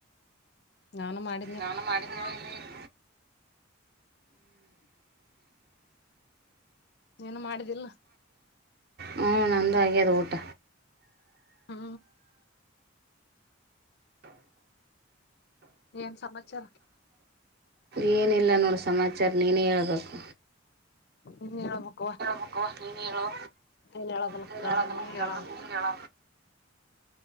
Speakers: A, on the left; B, on the right.
A: ನಾನು ಮಾಡ್
B: ನಾನು ಮಾಡಿದ್ನ್ವ ಹಿನಾ ಈಗ್.
A: ನೀನು ಮಾಡಿದಿಲ್.
B: ಹ್ಞೂ ನಂದು ಆಗ್ಯದ ಊಟ.
A: ಹ್ಮ ಏನ್ ಸಮಾಚಾರ
B: ಏನಿಲ್ಲ ನೋಡು ಸಮಾಚಾರ ನೀನೇ ಹೇಳ್ಬೇಕು.
A: ನೀನೆ ಹೇಳಬೇಕ.
B: ಹಕವಾ ನೀನೆ ಹೇಳವ
A: ಏನ್ ಹೇಳೋದಲ್ಲ
B: ಅದೆಲ್ಲಾ
A: ಕೇಳ್ದಲ್
B: ಹೇಳಕಲ್
A: ನೀ
B: ಕಳ್
A: ಹೇಳೋದು
B: ನೀನೆ ಹೇಳ.